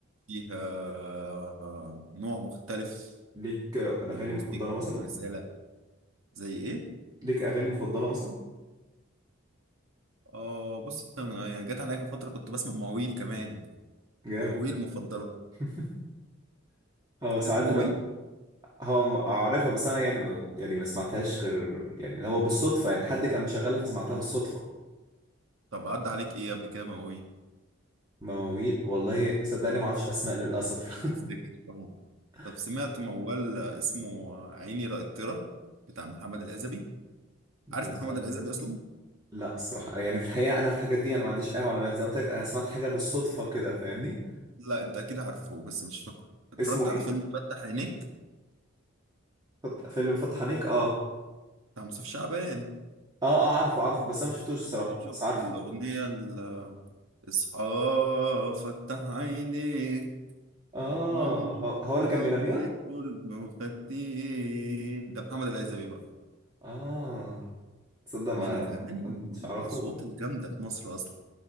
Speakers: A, on the right; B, on the right.
A: فيها آه، نوع مختلف
B: ليك
A: من
B: اغاني
A: الموسيقى
B: مفضله مثلا
A: والرسالة زي ايه
B: ليك اغاني مفضله مثلا
A: اه بص انا جت عليا فتره كنت بسمع مواويل كمان
B: جامد
A: مواويل مفضله
B: <laughs> هو ساعات
A: تسمع مواويل
B: انا هو اعرفها بس انا يعني ما- يعني ما سمعتهاش غير يعني اللي هو بالصدفه يعني حد كان مشغلها فسمعتها بالصدفه
A: طب عدى عليك ايه قبل كده مواويل
B: مواويل والله صدقني ما اعرفش اسماء للاسف
A: مش هتفتكر طبعا
B: <laughs>
A: طب سمعت موال اسمه عيني رأيترة بتاع محمد العزبي
B: بس
A: عارف محمد
B: أنا-
A: العزبي اصلا
B: لا الصراحه يعني في الحقيقه انا في الحاجات دي انا ما عنديش اي معلومات زي ما قلت لك انا سمعت حاجه بالصدفه كده فاهمني
A: لا انت اكيد عارفه بس مش فاكره اتفرجت
B: اسمه
A: على
B: ايه
A: فيلم فتح عينيك
B: فت- فيلم فتح عينيك اه
A: بتاع مصطفى شعبان
B: اه اه عارفه عارفه بس انا ما شفتوش الصراحه
A: شفت
B: بس عارفه
A: الاغنيه ال- اصحى فتح عينيك
B: اه
A: غمضت
B: هو, هو اللي
A: العمر
B: كان بيغنيها
A: كله خدت ايه ده محمد العزبي بقى
B: اه تصدق ما
A: من الأغاني
B: كنتش
A: الأصوات
B: اعرفه
A: الجامدة في مصر أصلا